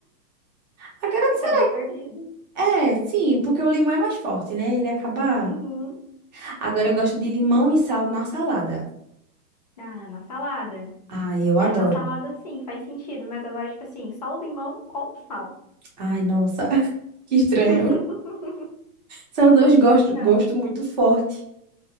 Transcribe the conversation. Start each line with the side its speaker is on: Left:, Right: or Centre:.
Right: Agora,
Left: Fica
Right: sério.
Left: bem ardido.
Right: É, sim, porque o limão é mais forte, né? Ele acaba.
Left: Uhum.
Right: Agora eu gosto de limão e sal na salada.
Left: Ah, na salada.
Right: Ai, eu adoro.
Left: É, na salada sim, faz sentido, mas agora, tipo assim, só o limão com sal.
Right: Ai, nossa, <laughs> que estranho.
Left: <laughs>
Right: São dois gostos
Left: Então,
Right: gosto muito forte.